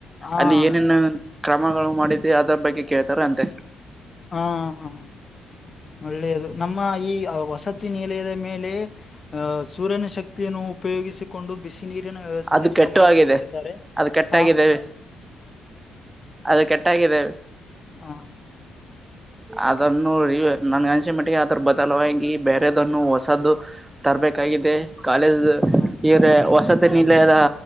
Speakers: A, on the left; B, on the right.
A: ಹಾ
B: ಅಲ್ಲಿ ಏನೇನು. ಕ್ರಮಗಳು ಮಾಡಿದವಿ ಅದ್ರ ಬಗ್ಗೆ ಕೇಳ್ತಾರ ಅಂತೆ.
A: ಹಾ ಹಾ ಒಳ್ಳೆಯದು ನಮ್ಮ ಈ ವಸತಿ ನಿಲಯದ ಮೇಲೆ ಸೂರ್ಯನ ಶಕ್ತಿಯನ್ನು ಉಪಯೋಗಿಸಿ. ಕೊಂಡು ಬಿಸ ನೀರಿನ ವ್ಯವಸ್ಥೆಯನ್ನು
B: ಅದು ಕೆಟ್ಟು
A: ಮಾಡಿಕೊಂಡಿದ್ದಾರೆ
B: ಆಗಿದೆ ಅದು ಕೆಟ್ಟಾಗಿದೆ
A: ಆ
B: ಅದು ಕೆಟ್ಟಹೋಗಿದೆ
A: ಹಾ
B: ಅದನ್ನು ನನ್ ಅನ್ಸಮಟ್ಟಿಗೆ ಅದರ ಬದಲ ವಾಗಿ ಬೇರೆದನ್ನು ಹೊಸದ್ದು ತರಬೇಕಾಗಿದೆ ಕಾಲೇಜ್
A: ಹ
B: ಇಯರ್ ಹೊಸತ್ ನಿಲಯದ